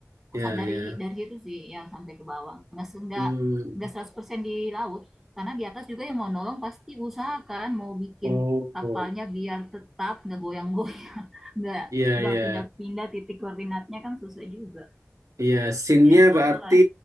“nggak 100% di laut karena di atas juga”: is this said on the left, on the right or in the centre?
Centre